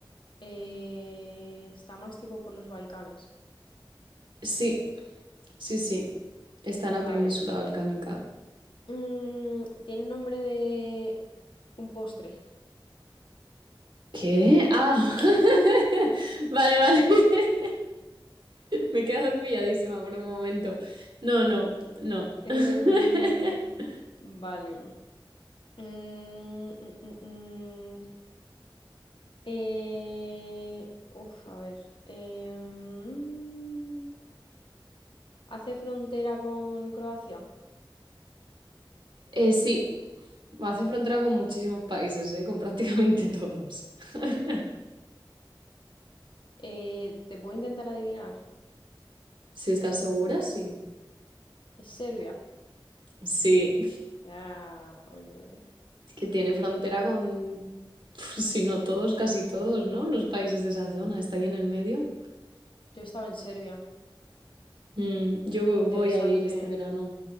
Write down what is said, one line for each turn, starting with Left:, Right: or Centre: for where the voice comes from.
Left: Eh, está más tipo por los Balcanes.
Right: Sí, sí, sí. Está
Left: Vale.
Right: en la península balcánica.
Left: Mm, tiene nombre de un postre.
Right: ¿Qué? Ah,
Left: <laughs>
Right: <laughs> vale, vale. <laughs> Me he quedado pilladísima por un momento. No, no, no. <laughs>
Left: Em, vale. Mm, mm, mm, mm. Eh, uf, a ver. Em, ¿hace frontera con Croacia?
Right: Eh, sí, hace frontera con muchísimos países, ¿eh? Con prácticamente todos. <laughs>
Left: Eh, ¿te puedo intentar adivinar?
Right: Si estás segura, sí.
Left: ¿Es Serbia?
Right: Sí, es
Left: Ah, ole, ole.
Right: que tiene frontera con, <laughs> si
Left: Yo,
Right: no todos, casi todos, ¿no? Los países de esa zona, está ahí en el medio.
Left: yo estaba en Serbia.
Right: Mm, yo vo-
Left: Interesante,
Right: voy a ir este verano.